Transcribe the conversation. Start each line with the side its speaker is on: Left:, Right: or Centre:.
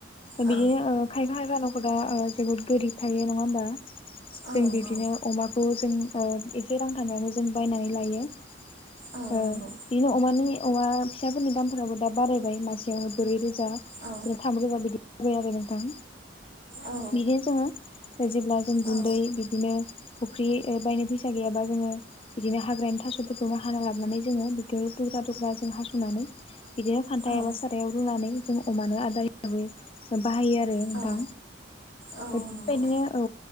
Left: बिदिनो
Right: औ
Left: खायफा खायफा नंगौ दा जोबोद गोरिब थायो नङा होमबा जों
Right: औ
Left: बिदिनो
Right: औ
Left: अमाखौ जों एसे रां थानायावनो जों बायनानै लायो
Right: औ
Left: बिदिनो
Right: नंगौ
Left: अमानि अमा फिसाफोरनि दामफोराबो दा बारायबाय मासेयावनो ब्रै रोजा
Right: औ
Left: जा थाम रोजा बिदि होबाय आरो नोंथां
Right: औ
Left: बिदिनो जोङो जेब्ला जों गुन्दै
Right: औ
Left: बिदिनो अफ्रि बायनो फैसा फिसा गैयाबा जोङो बिदिनो हाग्रानि थास'फोरखौनो हाना लाबोनानै जोङो बेखौ दुग्रा दुग्रा जों हास'नानै बिदिनो खान्था
Right: औ
Left: एबा सारायाव रुनानै जों अमानो आदार हिसाबै बाहायो आरो नोंथां
Right: औ औ औ
Left: बेफोरबादिनो
Right: नंगौ
Left: औ